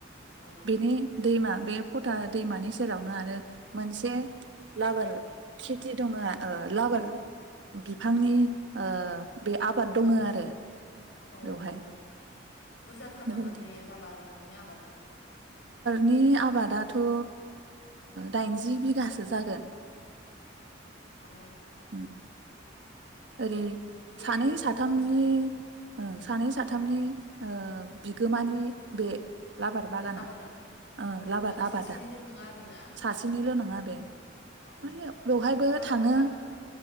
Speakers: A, on the left; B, on the right.
A: औ
B: बेनि दैमा बे फथा दैमानि सेरावनो आरो मोनसे लाबार खेथि दङो ओ लाबार बिफांनि ओ बे आबाद दङो आरो
A: औ
B: बेवहाय
A: औ बुरजाथार
B: बेबायदि
A: नामा बे लाबार नि आबादा
B: नि आबादाथ' ओ दाइनजि बिघासो जागोन
A: औ
B: उम ओरै
A: बेहायबो
B: सानै साथामनि
A: मानसिफोर
B: उम सानै साथामनि
A: औ
B: ओ बिगोमानि बे लाबार बागाना
A: आबादा
B: ओ
A: औ
B: लाबार
A: माने
B: आबादा
A: सासेनिल' नङा आरोना
B: सासेनिल' नङा बे ओमफ्रायो
A: औ
B: बेवहायबे
A: लाबार
B: थाङो
A: आबाद